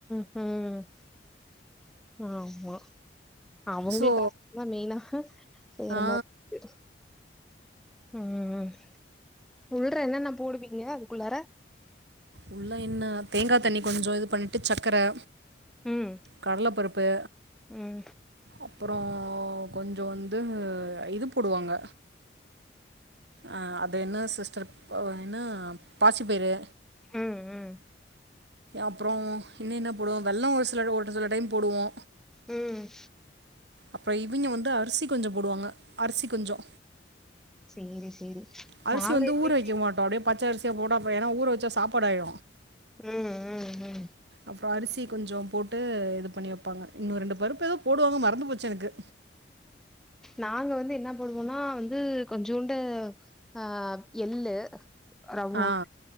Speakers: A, in the centre; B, on the right (about 70°).
A: ஹும் ஆமா அவங்ளுக்கா
B: சோ
A: தா மெய்னா ஹ வேற
B: ஆ
A: மார் ரு ம்ம்ம் உள்ற என்னன்ன போடுவீங்க அதுக்குள்ளாற
B: உள்ள இன்ன தேங்கா தண்ணி கொஞ்சோ இது பண்ணிட்டு ச்சக்கர
A: ம்
B: கடலபருப்பு
A: ம்
B: அப்புறோ கொஞ்சோந்து இது போடுவாங்க அ அது என்ன சிஸ்டர் பொவைனா பாசி பயிறு
A: ம் ம்
B: அப்றோ இன்னி என்ன போடுவோ வெல்லம் ஒரு சிலரு ஒரு சில டைம் போடுவோ
A: ம்
B: அப்ற இவிங்க வந்து அரிசி கொஞ்சொ போடுவாங்க அரிசி கொஞ்சோ
A: சேரி சேரி
B: அரிசி
A: நாங்க
B: வந்து
A: எப்டி
B: ஊற வைக்க மாட்டோ அப்டே பச்சர்ஸ் கே போட்டா போ என்னா ஊற வச்சா சாப்பாடாயு
A: ம் ம் ம்
B: அப்றோ அரிசி கொஞ்சோ போட்டு இது பண்ணி வப்பாங்க இன்னு ரெண்டு பருப்பு எதோ போடுவாங்க மறந்து போச்சு எனக்கு
A: நாங்க வந்து என்ன போடுவோனா வந்து கொஞ்சோண்டு ஆ எள்ளு ரவோ
B: ஆ